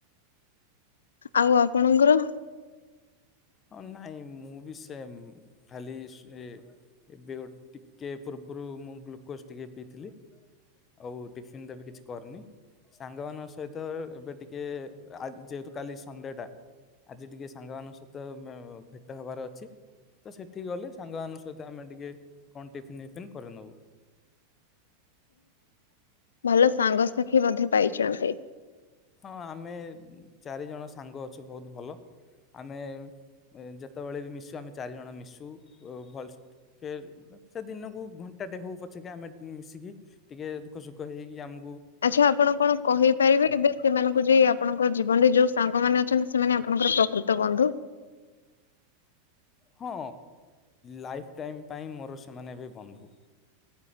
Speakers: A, on the left (about 75°); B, on the left (about 30°).
A: ଆଉ ଆପଣଙ୍କର?
B: ହଁ ନାଇଁ ମୁଁ ବି ସେମ ଖାଲି ଶୁଏ ଏବେ ଟିକେ ପୂର୍ବରୁ ମୁଁ ଗ୍ଲୁକୋଜ ଟିକେ ପିଇଥିଲି, ଆଉ ଟିଫିନ ତ ଏବେ କିଛି କରିନି, ସାଙ୍ଗମାନଙ୍କ ସ ସହିତ ଏବେ ଟିକେ ଆ ଯେହେତୁ କାଲି ସଣ୍ଡେ ଟା ଆଜି ଟିକେ ସାଙ୍ଗମାନଙ୍କ ସହି ତ ଭେଟ ହବାର ଅଛି। ତ ସେଠିକି ଗଲେ ସାଙ୍ଗମାନଙ୍କ ସହିତ ଆମେ ଟିକେ କଣ ଟିଫିନ ଫିଫନ୍ କରେଇ ନବୁ।
A: ଭଲ ସାଙ୍ଗସାଥିୀ ମଧ୍ୟ ପାଇଛନ୍ତି।
B: ହଁ ଆମେ ଚାରିଜଣ ସାଙ୍ଗ ଅଛୁ ବହୁତ ଭଲ। ଆମେ ଯେତେବେଳେ ବି ମିଶୁ ଆମେ ଚାରି ଜଣ ମିଶୁ ଭଲ ସେ ସେ ଦିନକୁ ଘଣ୍ଟାଟେ ହଉ ପଛକେ ଆମେ ମିଶିକି ଟିକେ ଦୁଃଖ ସୁଖ ହେଇକି ଆମ
A: ଆଚ୍ଛା ଆପଣ କଣ କହିପାରିବେ? ଏବେ ସେମାନଙ୍କୁ ଯେ ଆପଣଙ୍କ ଜୀବନରେ ଯୋଉ ସାଙ୍ଗମାନେ ଅଛନ୍ତି, ସେମାନେ ଆପଣଙ୍କର ପ୍ରକୃତ ବନ୍ଧୁ <unintelligible>
B: ହଁ ଲାଇଫ ଟାଇମ ପାଇଁ ମୋର ସେମାନେ ଏବେ ବନ୍ଧୁ।